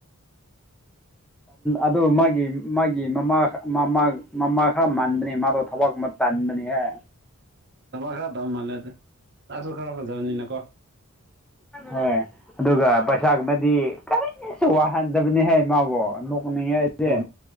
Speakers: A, in the centre; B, on the right.
A: ꯑꯗꯨ ꯃꯥꯒꯤ ꯃꯥꯒꯤ ꯃꯃꯥꯃ ꯃꯃꯥ ꯈꯔ ꯃꯥꯟꯕꯅꯦ ꯃꯥꯗꯣ ꯊꯕꯛ ꯑꯃ ꯇꯅꯤꯡꯅꯕꯅꯤꯍꯦ
B: ꯊꯃ ꯈꯔ ꯊꯝ ꯃꯥꯜꯂꯦꯗ ꯆꯥꯁꯨ ꯈꯔ ꯐꯖꯕꯅꯤꯅ ꯀꯣ
A: ꯍꯣꯏ ꯑꯗꯨꯒ ꯄꯩꯁꯥꯒꯨꯝꯃꯗꯤ ꯑꯁꯨ ꯋꯥꯍꯟꯗꯕꯅꯤ ꯍꯥꯏ ꯃꯥꯕꯨꯣ ꯅꯣꯛꯅꯤꯡꯉꯦ ꯑꯩꯁꯦ
B: ꯑꯣ